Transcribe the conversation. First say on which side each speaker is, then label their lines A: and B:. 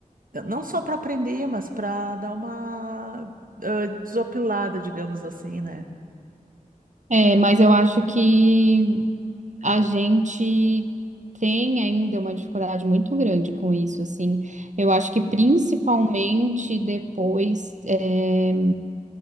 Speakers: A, on the right; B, on the right.
A: eh, não só para aprender, mas para dar uma ah, desopilada, digamos assim, né?
B: É, mas eu acho que A gente tem ainda uma dificuldade muito grande com isso, assim. Eu acho que principalmente depois, eh,